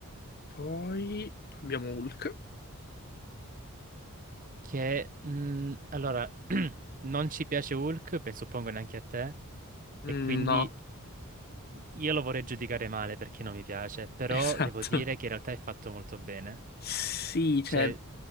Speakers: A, on the left; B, on the right.
A: Poi abbiamo Hulk.
B: Che, mh, allora, <clears throat> non ci piace Hulk, penso suppongo neanche a te,
A: Mm,
B: e quindi
A: No,
B: io lo vorrei giudicare male perché non mi piace, però
A: <laughs> esatto.
B: devo dire che in realtà è fatto molto bene.
A: Sì, cioè,
B: Cioè,